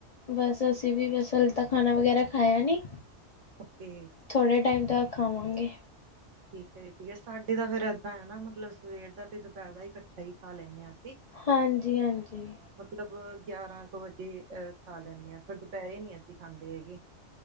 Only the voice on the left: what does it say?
ਬਸ ਅਸੀਂ ਵੀ ਬਸ ਹਲੇ ਤਾਂ ਖਾਣਾ ਵਗੈਰਾ ਖਾਇਆ ਨੀ।
ਥੋੜ੍ਹੇ ਟਾਈਮ ਤੱਕ ਖਾਵਾਂਗੇ।
ਹਾਂਜੀ -ਹਾਂਜੀ।